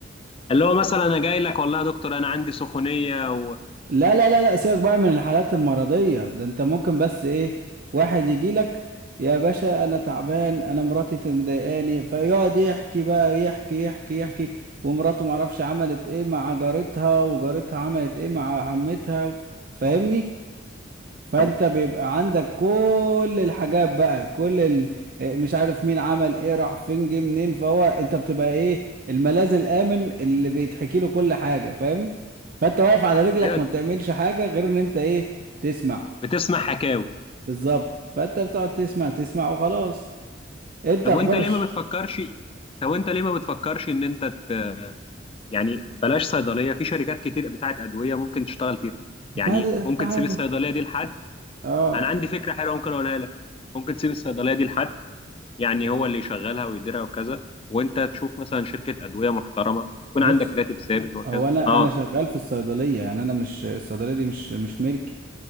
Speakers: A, on the left; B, on the right.
A: اللي هو مثلا انا جاي لك والله يا دكتور انا عندي سخونيه و...
B: لا لا لا لا سيبك بقى من الحالات المرضيه ده انت ممكن بس ايه واحد يجي لك يا باشا انا تعبان انا مراتي ت- مضايقاني فيقعد يحكي بقى يحكي يحكي يحكي ومراته معرفش عملت ايه مع جارتها وجارتها عملت ايه مع عمتها فاهمني فانت
A: طب
B: بيبقى عندك كل الحاجات بقى كل ال... مش عارف مين عمل ايه راح فين جه منين فهو انت بتبقى ايه الملاذ الامن اللي بيتحكي له كل حاجه فاهم فانت واقف على رجلك
A: ايوه
B: ما بتعملش حاجه غير ان انت ايه تسمع
A: بتسمع حكاوي
B: بالظبط فانت بتقعد تسمع تسمع وخلاص انت
A: طب
B: اخبارش
A: وانت ليه ما بتفكرش طب وانت ليه ما بتفكرش ان انت ت... يعني بلاش صيدليه في شركات كتير بتاعت ادويه ممكن تشتغل فيها يعني
B: ما دي انت
A: ممكن
B: عارف
A: تسيب الصيدليه دي لحد
B: اه
A: انا عندي فكره حلوه ممكن اقولها لك ممكن تسيب الصيدليه دي لحد يعني هو اللي يشغلها ويديرها وكذا وانت تشوف مثلا شركه ادويه محترمه يكون
B: بص
A: عندك راتب ثابت وكذا
B: هو انا
A: اه
B: انا شغال في الصيدليه يعني انا مش الصيدليه دي مش مش ملكي